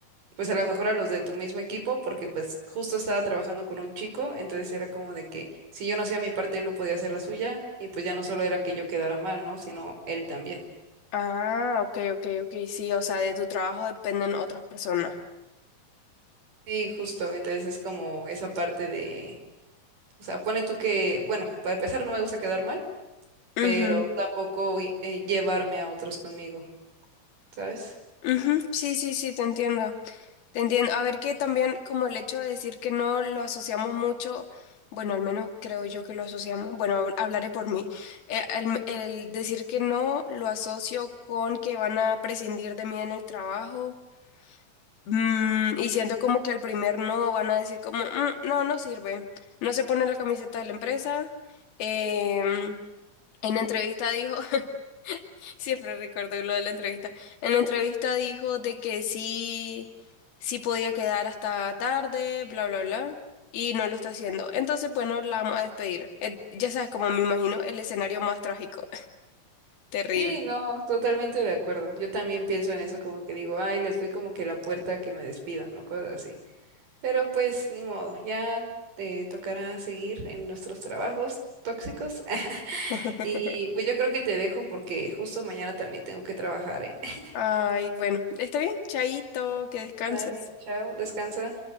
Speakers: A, on the right; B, on the left.
A: pues a lo mejor a los de tu mismo equipo, porque pues justo estaba trabajando con un chico, entonces era como de que si yo no hacía mi parte, él no podía hacer la suya, y pues ya no solo era que yo quedara mal, ¿no? Sino él también.
B: Ah, ok, ok, ok, sí, o sea, de tu trabajo dependen otras personas.
A: Sí, justo, entonces es como esa parte de, o sea, pone tú que, bueno, para empezar no me gusta quedar mal. pero
B: Ujú,
A: tampoco eh, llevarme a otros conmigo, ¿sabes?
B: ujú, Sí, sí, sí, te entiendo. Te entiendo. A ver que también como el hecho de decir que no lo asociamos mucho, bueno, al menos creo yo que lo asociamos, bueno, hab- hablaré por mí, Eh, el, el decir que no lo asocio con que van a prescindir de mí en el trabajo mm, y siento como que al primer no van a decir como, "Mm, no, no sirve, no se pone la camiseta de la empresa, em, en entrevista dijo. <laughs> Siempre recuerdo lo de la entrevista. En la entrevista dijo de que sí, sí podía quedar hasta tarde, bla, bla, bla, y no lo está haciendo. Entonces, bueno, la vamos a despedir. Eh, ya sabes, como me imagino, el escenario más trágico. <laughs> Terrible.
A: Sí, no, totalmente de acuerdo. Yo también pienso en eso como que digo, ay, les doy como que la puerta a que me despidan o cosas así. Pero pues ni modo, ya te tocará seguir en nuestros trabajos tóxicos. <laughs>
B: <laughs>
A: Y pues yo creo que te dejo porque justo mañana también tengo que trabajar, ¿eh? <laughs>
B: Ay, bueno, está bien, chaito, que descanses.
A: Dale, chao, descansa.